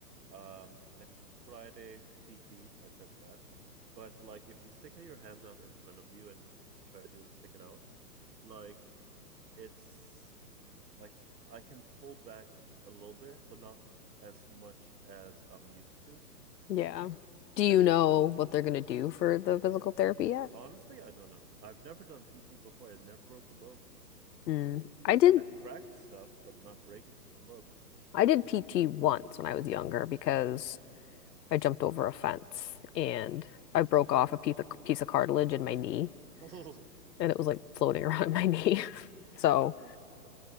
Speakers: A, on the right; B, on the left.
A: Um, next Friday, PT, I said that. But like if you stick your hands out in front of you and try to stick it out, like it's like I can pull back a little bit, but not as much as I'm used to.
B: Yeah. Do you
A: And
B: know what they're gonna do for the physical therapy yet?
A: honestly, I don't know. I've never done PT before. I never broke a bone.
B: Mm. I did
A: I've cracked stuff, but not break it. Broke.
B: I did PT once when I was younger because I jumped over a fence and I broke
A: Sorry.
B: off a piece of, piece of cartilage in my knee
A: <laughs>
B: and it was like floating around <laughs> my knee. So,
A: What the f-